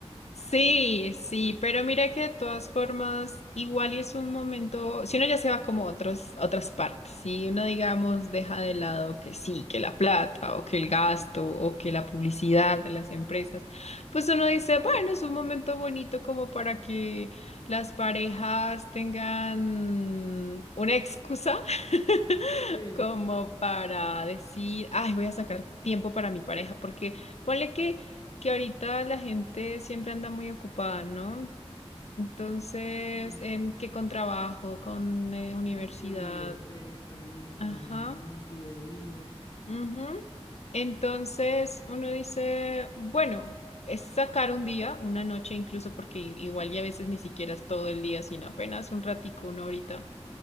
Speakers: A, on the left; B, on the left.
A: Sí, sí, pero mira que de todas formas, igual y es un momento, si uno ya se va como a otros, a otras partes, si uno digamos deja de lado que sí, que la plata o que el gasto o que la publicidad de las empresas, pues uno dice, bueno, es un momento bonito como para que las parejas tengan una excusa <laughs>
B: Sí,
A: como para decir, ay, voy a sacar tiempo para mi pareja, porque ponle que, que ahorita la gente siempre anda muy ocupada, ¿no? Entonces,
B: sí.
A: em, que con trabajo, con eh, universidad,
B: Con el estrés también que
A: ajá,
B: manejan día a día.
A: ujú. Entonces uno dice, bueno, es sacar un día, una noche incluso, porque i- igual y a veces ni siquiera es todo el día, sino apenas un ratico, una horita